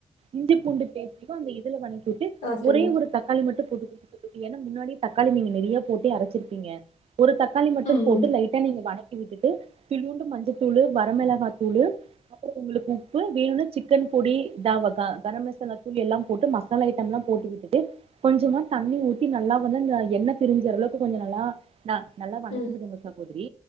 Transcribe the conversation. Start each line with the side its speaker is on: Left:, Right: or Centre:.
Right: இஞ்சி பூண்டு பேஸ்ட்டுக்கு அந்த இதுல வணக்கிட்டு
Left: ஆ செரிங்க
Right: ஒரே ஒரு தக்காளி மட்டு போட்டுக்கோங்க ஏனா முன்னாடி தக்காளி நீங்க நிறைய போட்டு அரைச்சிருப்பீங்க ஒரு தக்காளி மட்டு
Left: ம்
Right: போட்டு
Left: ம்
Right: லைட்டா நீங்க வணக் கி விட்டுட்டு துளியுண்டு மஞ்சத்தூளு வரமிளகா தூளு அப்புறோ உங்களுக்கு உப்பு வேணுனா சிக்கன் பொடி இத வக கரம் மசாலா தூள் எல்லா போட்டு மசா லா ஐட்டம் எல்லா போட்டு விட்டுட்டு கொஞ்சமா தண்ணி ஊத்தி நல்லா வந்து அந்த எண்ணெய் பிரிஞ்ச வர அளவுக்கு கொஞ்ச நல்லா ந நல்லா வணக்கி
Left: ம்
Right: விடுங்க சகோதரி